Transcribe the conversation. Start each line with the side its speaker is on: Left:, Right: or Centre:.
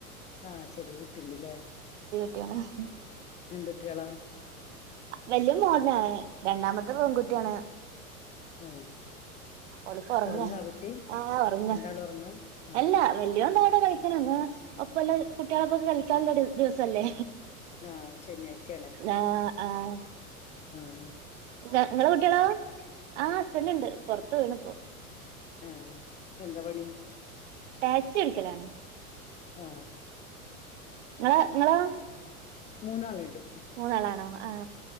Left: ആ ചെറിയ കുട്ടിണ്ട്ല്ലേ?
Right: കുട്യാണ്-
Left: എന്തു ട്ടിയോളാ-
Right: വല്ലിയ മോനാണ് രണ്ടാമത്തെ പെൺകുട്ടിയാണ്-
Left: ഏ
Right: ഒളിപ്പ ഉറങ്ങ
Left: ഒറങ്ങാ കുട്ടി
Right: ആഹ് ഉറങ്ങ
Left: രണ്ടാളും ഒറങ്ങാ ആ
Right: എല്ലാ വല്യോണ്ട കളിക്കണ ഒപ്പല്ല കുട്ടികളക്കൊക്കെ കളിക്കാല്ലോ ദിവസല്ലേ
Left: ആ ശനിയാഴ്ച്ച
Right: ആഹ ആഹ
Left: ആഹ
Right: ഞങ്ങളെ കുട്ടികളോ ആഹ പിന്നെണ്ട് പുറത്ത്പോയ്യീൺ ഇപ്പോ
Left: ആഹ എന്താ പണി
Right: ടാക്സി ഒടിക്കലാണ്
Left: ആഹ
Right: നിങ്ങ്ളെ നിങ്ങളാ
Left: മൂന്നാളുണ്ട്.
Right: മൂന്നളാണോ? ആഹ